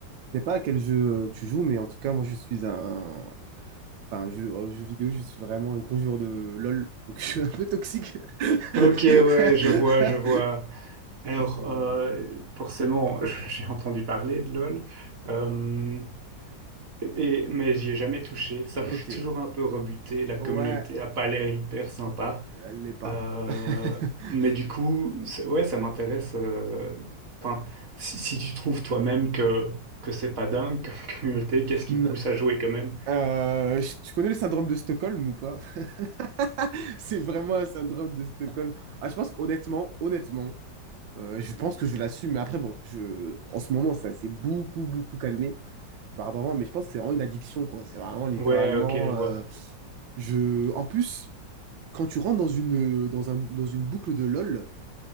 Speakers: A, on the right; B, on the right.
A: Je sais pas à quel jeu euh, tu joues, mais en tout cas, moi, je suis un... Enfin, jeu, euh, jeu vidéo, je suis vraiment un gros joueur de LOL, donc <laughs> je suis un peu toxique. <laughs>
B: Ok, ouais, je vois, je vois. Alors,
A: Donc, euh,
B: euh, forcément, <laughs> j'ai entendu parler de LOL, euh, et, mais j'y ai jamais touché. Ça m'a
A: Ok,
B: <laughs> toujours un peu rebuté. La
A: ouais,
B: communauté a pas l'air hyper sympa.
A: elle l'est pas.
B: Euh,
A: <laughs>
B: mais du coup, c'est- ouais, ça m'intéresse. euh, Enfin, si, si tu trouves toi-même que que c'est pas dingue comme <laughs> communauté, qu'est-ce qui
A: Non.
B: te pousse à jouer quand même?
A: Euh, je- tu connais le syndrome de Stockholm ou pas? <laughs> C'est vraiment un syndrome de Stockholm. Ah, je pense qu'honnêtement, honnêtement, euh, je pense que je l'assume. Mais après, bon, je, en ce moment, ça s'est beaucoup, beaucoup calmé. par rapport à moi, mais je pense que c'est vraiment une addiction, quoi. C'est vraiment littéralement.
B: Ouais, ok, je vois.
A: euh, je... En plus, quand tu rentres dans une, dans un, dans une boucle de LOL,